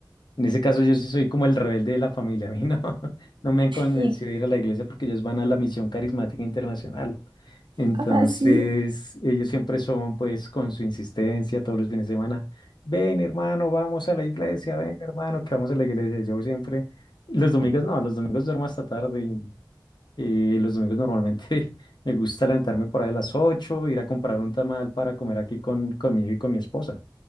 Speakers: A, on the left; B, on the right.
A: En ese caso, yo sí soy como el rebelde de la familia. <laughs> A mí no, <laughs> no me han convencido
B: Y,
A: de ir a la iglesia porque ellos van a la Misión Carismática Internacional. Entonces,
B: ah, sí,
A: ellos siempre son, pues, con su insistencia todos los fines de semana, ven hermano, vamos a la iglesia, ven hermano, que vamos a la iglesia. Yo siempre, los domingos no, los domingos duermo hasta tarde. Eh, los domingos normalmente <laughs> me gusta levantarme por ahí a las ocho ir a comprar un tamal para comer aquí con, con mi hijo y con mi esposa.